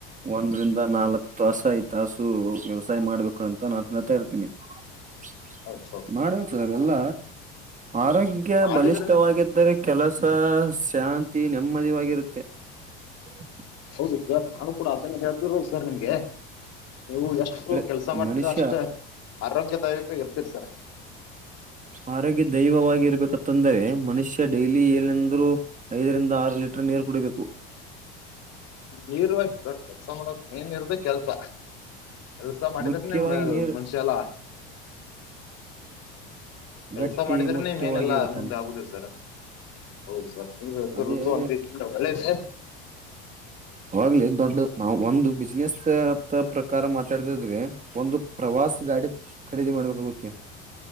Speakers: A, on the right (about 25°); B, on the left (about 55°).
A: ಒಂದ್ರಂದ ನಾಲ್ಕ್ ತಾಸ ಐದು ತಾಸು ವ್ಯವಸಾಯ ಮಾಡ್ಬೇಕು ಅಂತ ನಾನು ಹೇಳ್ತಾ ಇರ್ತೀನಿ ಹ
B: ಹೌದ ಹೌದು
A: <unintelligible> ಮಾಡ ಸರ್ ಎಲ್ಲ ಆರೋಗ್ಯ
B: ಮಾಡಿದ್ರನೆ
A: ಬಲಿಷ್ಠವಾಗಿದ್ದರೆ ಕೆಲಸ ಶಾಂತಿ ನೆಮ್ಮದಿವರುತ್ತೆ <inaudible>
B: ಹೌದು ಸರ್ ನಾನು ಕೂಡ ಅದನ್ನ ಹೇಳ್ತಿರದು ಸರ್ ನಿಮ್ಗೆ ನೀವು ಎಷ್ಟು
A: ಅರೆ
B: ಅವರು ಕೆಲಸ ಮಾಡ್ತಿರ
A: ಮನುಷ್ಯ
B: ಅಷ್ಟೇ ಆರೋಗ್ಯದಾಯಕ ಇರ್ತಿರಿ ಸರ್
A: ಆರೋಗ್ಯ ದೈವವಾಗಿ ಇರ್ಬೇಕತ್ತಂದ್ರೆ ಮನುಷ್ಯ ಡೈಲಿ ಏನಂದ್ರು ಐದರಿಂದ ಆರು ಲೀಟರ್ ನೀರು ಕುಡಿಬೇಕು
B: ನೀರ್ವಾಗಿ ಕೆಲ್ಸ ಮಾಡಕ್ ಮೇನ್ ಇರುದ ಕೆಲ್ಸ ಎಲಸ ಮಾಡಿದ್ರೆನಿ
A: ಮುಖ್ಯವಾಗಿ
B: ಮೇ
A: ನೀರ್
B: ಮನುಷ್ಯ ಎಲ್ಲಾ ಕೆಲ್ಸ
A: ಗಟ್ಟಿ
B: ಮಾಡಿದ್ರನೆೇ
A: ಮುಟ್ಟುವಾಗಿರುತ್ತಾನೆ
B: ಮೇನೆಲ್ಲಾ ಮುಂದೆ ಆಗುದ್ರ ಸರ ಹೌದು ಸರ್ ನೀವ್ಹೇಳ್ತಿರೋದು
A: ಅದೇ
B: ಒಂದ ರೀತಿಂದ ಒಳ್ಳೇದೆ
A: ಅವಾಗ್ಲೇ ದೊಡ್ಡ ನಾವು ಒಂದು ಬಿಸ್ಿನೆಸ್ ಪ್ರಕಾರ ಮಾತಾಡಿದಿದ್ರೆ ಒಂದು ಪ್ರವಾಸ ಗಾಡಿ ಖರೀದಿ ಮಾಡ್ಬೇಕಾಗುತ್ತೆ